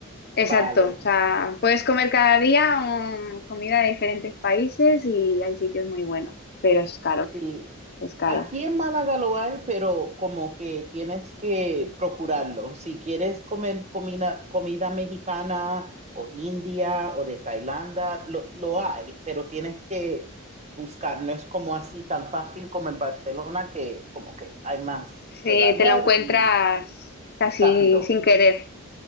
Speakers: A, on the left; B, on the right.
A: Exacto.
B: Vale,
A: O sea, puedes comer cada día mm, comida de diferentes países y hay sitios muy buenos, pero es caro,
B: sí.
A: es caro.
B: Aquí en Málaga lo hay, pero como que tienes que procurarlo. Si quieres comer comida, comida mexicana o india o de Tailandia, lo, lo hay, pero tienes que buscar. No es como así tan fácil como en Barcelona, que como que hay más
A: Sí,
B: de variar
A: te lo encuentras
B: y
A: casi
B: rápido.
A: sin querer.